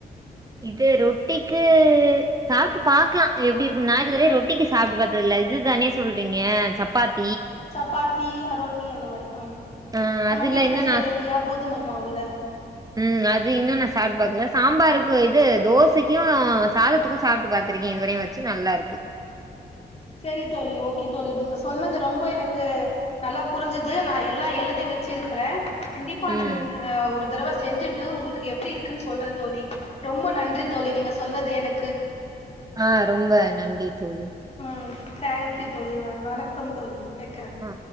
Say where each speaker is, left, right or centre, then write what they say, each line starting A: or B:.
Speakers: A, on the right; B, on the left.
A: இது ரொட்டிக்கு சாப்ட்டு பாக்கலா எப்டி இருக்கும் நான் இதுவரை ரொட்டிக்கு சாப்ட்டு பார்த்ததுல இது தானே சொல்றீங்க சப்பாத்
B: சப்பாத்தி ரோட்டி அந்த மாரி ம்
A: ஆ
B: நம்ம
A: அதுல
B: வீட்ல
A: இன்னு
B: செய்யறோ
A: நா
B: இல்லையா கோ துமை மாவுல
A: ம் அது இன்னும் நான் சாப்ட்டு பாக்கல சாம்பாருக்கும் இது தோசைக்கு சாதத்துக்கும் சாப்ட்டு பாத்திருக்கே இதுவரையும் வச்சு நல்லா இருக்கு
B: சரி தோழி ஓகே தோழி நீங்க சொன்னது ரொம்ப எனக்கு நல்லா புரிஞ்சது நான் எல்லா எழுதிவே வச்ச இருக்கிறேன் கண்டிப்பா
A: ம்
B: ஒரு தடவ செஞ்சுட்டு உங்களுக்கு எப்படி இருக்குன்னு சொல்றேன் தோழி ரொம்ப நன்றி தோழி நீங்க சொன்னது எனக்கு
A: ஆ ரொம்ப நன்றி தோழி
B: ம் தேங்க்யூ தோழி வா வணக்கம் தோழி வெக்கறே
A: ஆ